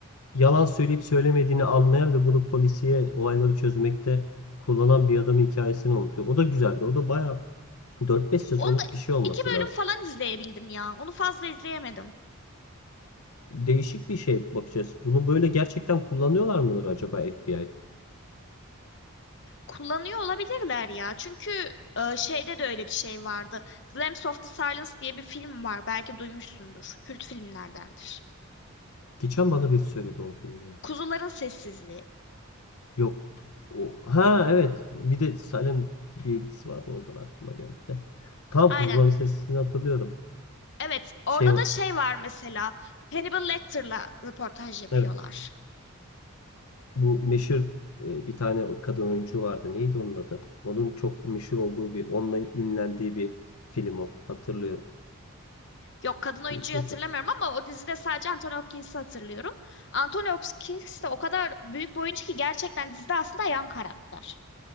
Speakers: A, on the left (about 80°); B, on the left (about 50°).
A: yalan söyleyip söylemediğini anlayan ve bunu polisiye olayları çözmekte kullanan bir adamın hikayesini anlatıyor. O da güzeldi. O da bayağı 4-5 sezonluk
B: Onu da
A: bir şey olması
B: iki bölüm
A: lazım.
B: falan izleyebildim ya. Onu fazla izleyemedim.
A: Değişik bir şey bakacağız. Bunu böyle gerçekten kullanıyorlar mıdır acaba FBI?
B: Kullanıyor olabilirler ya. Çünkü e, şeyde de öyle bir şey vardı. The Lambs of the Silence diye bir film var. Belki duymuşsundur. Kült filmlerdendir.
A: Geçen bana biri söyledi o filmi ya.
B: Kuzuların Sessizliği.
A: Yok. O, ha evet. Bir de Salem diye bir dizisi vardı. Oradan aklıma geldi de. Tam
B: Aynen.
A: Kuzuların Sessizliğini hatırlıyorum.
B: Evet, orada
A: Şey
B: da şey var mesela. Hannibal Lecter'la röportaj yapıyorlar.
A: evet bu meşhur e, bir tane kadın oyuncu vardı. Neydi onun adı? Onun çok meşhur olduğu bir onunla ünlendiği bir film o. Hatırlıyorum.
B: Yok kadın oyuncuyu
A: Neydi o
B: hatırlamıyorum
A: kadın?
B: ama o dizide sadece Anthony Hopkins'i hatırlıyorum. Anthony Hopkins de o kadar büyük bir oyuncu ki gerçekten dizide aslında yan karakter.